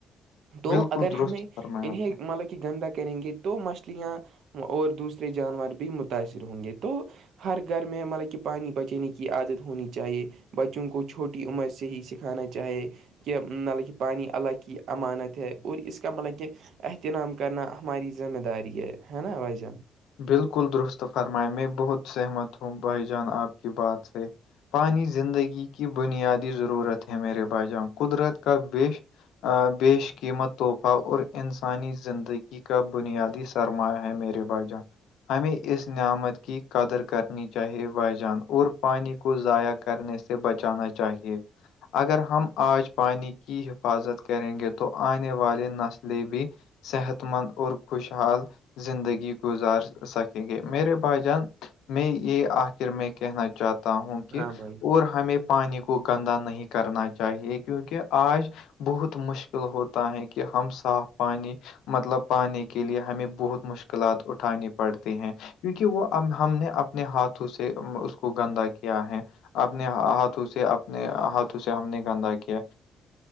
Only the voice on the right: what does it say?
تو
اگر
ہمیں
انہیں
مطلب گندا کریں گے تو مچھلیاں اور دوسرے جانور بھی متاثر ہوں گے تو ہر گھر میں مطلب کہ پانی بچنے کی عادت ہونی چاہیے بچوں کو چھوٹی عمر سے ہی سکھانا چاہے کہ مطلب کہ پانی اللہ کی امانت ہے اور اس کا مطلب کہ احترام کرنا ہماری ذمہ داری ہے ہے نا بھائی جان
ہاں بھائی